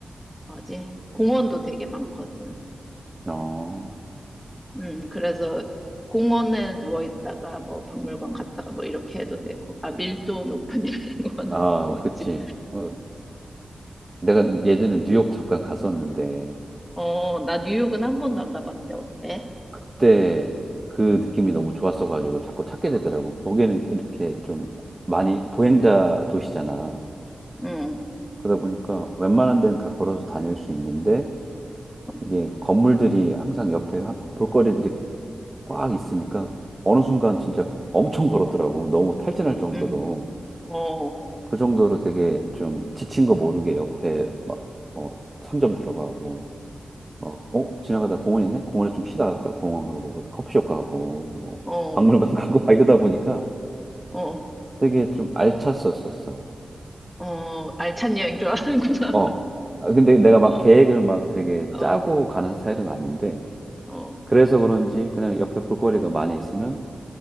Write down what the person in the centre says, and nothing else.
뭐지, 공원도 되게 많거든.
음, 그래서 공원에 누워 있다가 뭐 박물관 갔다가 뭐 이렇게 해도 되고, 아, 밀도 높은 <laughs> 여행원
하고
있지.
어, 어, 나 뉴욕은 한 번도 안 가봤는데 어때?
응,
응,
응. 어,
어,
어,
어, 알찬 여행 좋아하는구나.
<laughs>
어,
어,
어,